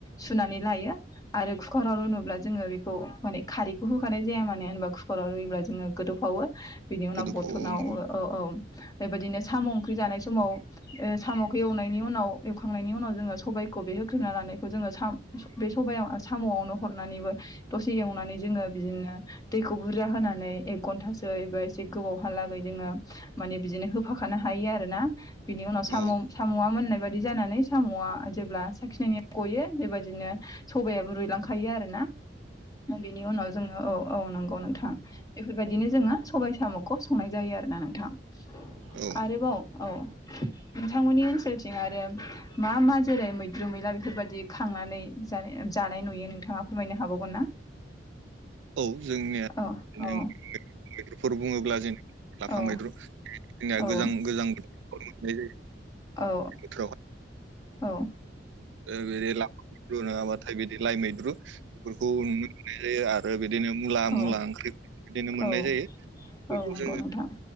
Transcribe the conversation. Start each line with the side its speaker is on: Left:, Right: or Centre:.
Left: सुनानै लायो। आरो खुकाराव रुनोब्ला जोङो बेखौ माने खारैखौ होखानाय जाया मानो होनबा खुकाराव रुयोब्ला जोङो गोदौफावो बिनि उनाव
Right: गोदौफावो
Left: बथनाव औ औ बेबायदिनो साम ओंख्रि जानाय समाव साम'खौ एवनायनि उनाव एवखांनायनि उनाव जोङो सबायखौ बे होख्रेना लानायखौ जोङो साम बे सब साम'आवनो हरनानैबो दसे एवनानै जोङो बिदिनो दैखौ बुरजा होनानै एक घन्टासो एबा एसे गोबावहालागै जोङो माने बिदिनो होफाखानो हायो आरो ना बिनि उनाव साम'
Right: औ
Left: साम'आ मोननाय बायदि जानानै साम'आ जेब्ला साखिनायनि गयो बेबायदिनो सबायाबो रुइलांखायो आरो ना बेनि उनाव जोङो औ औ नंगौ नोंथां बेफोरबायदिनो जोङो सबाय साम'खौ संनाय जायो आरो ना नोंथां।
Right: औ
Left: आरोबाव औ। नोंथांमोननि ओनसोलथिं आरो मा मा जेरै मैद्रु मैला बेफोरबायदि खांनानै जानाय नुयो नोंथाङा फोरमायनो हाबावगोन ना?
Right: औ जोंनिया
Left: औ
Right: बिनो
Left: औ
Right: मैद्रुफोर बुङोब्ला जों लाफा
Left: औ
Right: मैद्रु जोंनिया
Left: औ
Right: गोजां गोजां <unintelligible> बोथोरावहाय मोननाय
Left: औ
Right: जायो <unintelligible>
Left: औ
Right: बोथोरावहाय। बिदि ला मैद्रु नङाबाथाय बिदि लाइ मैद्रु बेफोरखौ नुनो मोननाय जायो आरो। ओ आरो बिदिनो मुला
Left: औ
Right: मुला ओंख्रि बिदिनो मोननाय
Left: औ
Right: जायो। बेफोरखौ
Left: औ नंगौ
Right: जोङो
Left: नोंथां